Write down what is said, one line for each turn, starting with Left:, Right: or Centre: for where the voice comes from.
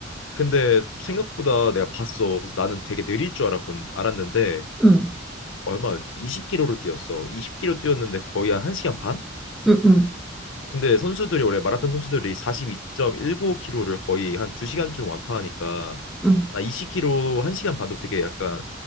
Left: 근데 생각보다 내가 봤어. 그래서 나는 되게 느릴 줄 알았군, 알았는데
Centre: 응.
Left: 얼마였지? 20km를 뛰었어. 20km 뛰었는데 거의 한 1시간 반?
Centre: 응, 응.
Left: 근데 선수들이 원래 마라톤 선수들이 42.195km를 거의 한 2시간쯤 완파하니까
Centre: 응.
Left: 나 20km 1시간 반도 되게 약간